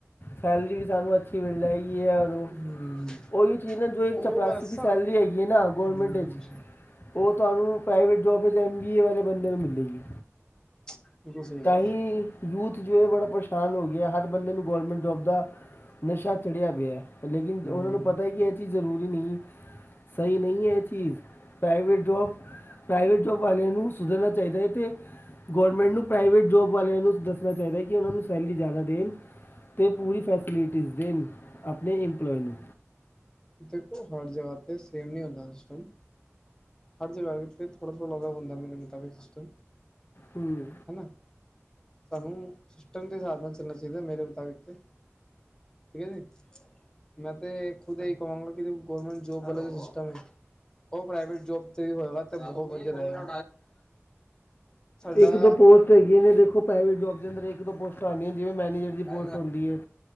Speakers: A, on the left (about 45°); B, on the left (about 15°).
A: ਸੈਲਰੀ ਸਾਨੂੰ ਅੱਛ ਕਿ ਮਿਲ ਜਾਏਗੀ ਐ ਉਹਨੂੰ
B: ਹੂੰ
A: ਉਹੀ ਚੀਜ਼ ਨੇ ਜੋ ਏਕ
B: ਉਹ
A: ਚਪਰਾਸੀ
B: ਮੈਂ ਦੱਸਾਂ
A: ਦੀ ਸੈਲਰੀ ਹੈਗੀ ਹੈ ਨਾ
B: ਹੂੰ
A: ਗੌਰਮੈਂਟ ਇੱਚ ਉਹ ਤੁਹਾਨੂੰ ਪ੍ਰਾਈਵੇਟ ਜੋਬ ਵਿੱਚ ਐੱਮ ਬੀ ਏ ਵਾਲੇ ਬੰਦੇ ਨੂੰ ਮਿਲੇਗੀ।
B: ਬਿਲਕੁਲ ਸਹੀ
A: ਤਾਂਹੀ।
B: ਗੱਲ ਹੈ
A: ਯੂਥ ਜੋ ਏ ਬੜਾ ਪਰੇਸ਼ਾਨ ਹੋ ਗੇਆ, ਹਰ ਬੰਦੇ ਨੂੰ ਗੌਰਮੈਂਟ ਜੋਬ ਦਾ ਨਸ਼ਾ ਚੜ੍ਹੇਆ ਪੇਆ ਏ। ਲੇਕਿਨ
B: ਹੂੰ
A: ਉਹਨਾਂ ਨੂੰ ਪਤਾ ਏ ਕਿ ਏਹ ਏਹ ਚੀਜ਼ ਜ਼ਰੂਰੀ ਨਈ, ਸਈ ਨਹੀਂ ਐ ਏਹ ਚੀਜ਼, ਪ੍ਰਾਈਵੇਟ ਜੋਬ ਪ੍ਰਾਈਵੇਟ ਜੋਬ ਵਾਲੇਆਂ ਨੂੰ ਸੁਧਰਨਾ ਚਾਈਦਾ ਏ ਤੇ ਗੋਰਮੈਂਟ ਨੂੰ ਪ੍ਰਾਏਵੇਟ ਜੋਬ ਵਾਲੇਆਂ ਨੂੰ ਦੱਸਣਾ ਚਾਈਦਾ ਏ ਕਿ ਉਹਨਾਂ ਨੂੰ ਸੈਲਰੀ ਜ਼ਾਦਾ ਦੇਣ। ਤੇ ਪੂਰੀ ਫੈਸਿਲਿਟੀਜ਼ ਦੇਣ ਆਪਣੇ ਇੰਪਲੋਏ ਨੂੰ।
B: ਦੇਖੋ ਹਰ ਜਗ੍ਹਾ ਤੇ ਸੇਮ ਨਈ ਹੁੰਦਾ ਸਿਸਟਮ। ਹਰ ਜਗ੍ਹਾ ਤੇ ਥੋੜ੍ਹਾ-ਥੋੜ੍ਹਾ ਅਲੱਗ ਹੁੰਦਾ ਐ ਮੇਨੇ ਮੁਤਾਬਿਕ ਸਿਸਟਮ।
A: ਹਮ।
B: ਹਨਾ? ਸਾਨੂੰ ਸਿਸਟਮ ਦੇ ਸਾਬ ਨਾਲ ਚੱਲਣਾ ਚਾਈਦਾ ਏ ਮੇਰੇ ਮੁਤਾਬਿਕ ਤੇ। ਠੀਕ ਹੈ ਜੀ? ਮੈਂ ਤੇ ਖੁਦ ਏਹ ਈ ਕਵਾਂਗਾ ਕਿ ਦੇਖੋ ਗੌਰਮੈਂਟ ਜੋਬ ਵਾਲਾ ਸਿਸਟਮ ਐ, ਉਹ ਪ੍ਰਾਈਵੇਟ ਜੋਬ <unintelligible> ਵਤ ਬੋਹੋ ਵਧੀਆ ਰਹੇਗਾ। ਸਾਡਾ
A: ਇੱਕ ਦੋ ਪੋਸ ਹੈਗੀਆਂ ਨੇ ਦੇਖੋ ਪ੍ਰਾਈਵੇਟ ਜੋਬ ਦੇ ਅੰਦਰ ਇੱਕ ਦੋ ਪੋਸਟਾਂ ਆਇਆਂ ਨੇ ਜਿਵੇਂ ਮੈਨੇਜਰ ਦੀ
B: ਹੂੰ
A: ਪੋਸਟ ਹੁੰਦੀ ਏ।